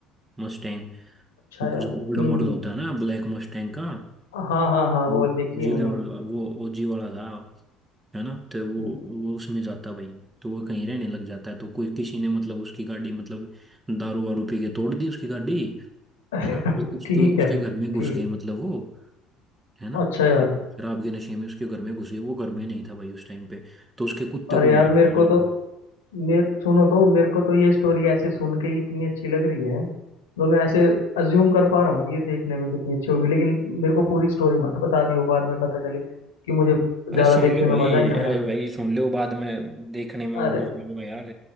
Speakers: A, on the right; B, on the left.
A: मस्टैंग
B: अच्छा यार
A: जो
B: हम्म
A: ओल्ड मॉडल
B: हम्म।
A: होता है ना ब्लैक मस्टैंग का
B: हाँ हाँ हाँ वो
A: वो
B: देखी
A: जी
B: है मैंने
A: लेवल वो ओजी वाला था है ना तो वो
B: हम्म
A: वो उसमें जाता भाई तो वो कहीं रहने लग जाता है तो कोई किसी ने मतलब उसकी गाड़ी मतलब दारू वारू पी के तोड़ दी उसकी गाड़ी है
B: <laughs>
A: ना तो उसके
B: ठीक
A: उसके
B: है
A: घर में घुस
B: ठीक
A: गए मतलब वो है ना
B: अच्छा यार
A: शराब के नशे में उसके घर में घुस गए वो घर में नहीं था भाई उस टाइम पे तो उसके कुत्ते
B: अरे
A: को
B: यार
A: मार
B: मेरे
A: दिया
B: को तो मेरे सुनो तो मेरे को तो ये स्टोरी ऐसे सुन के ही इतनी अच्छी लग रही है तो मैं ऐसे अज्यूम कर पा रहा हूँ कि ये देखने में कितनी अच्छी होगी लेकिन मेरे को पूरी स्टोरी मत बता दियो बाद में पता चले कि मुझे ज्यादा
A: अरे सुन
B: देखने
A: लो भाई
B: में मजा ही ना आया
A: अरे भाई सुन लो बाद में देखने में
B: अरे
A: और मजा आएगा यार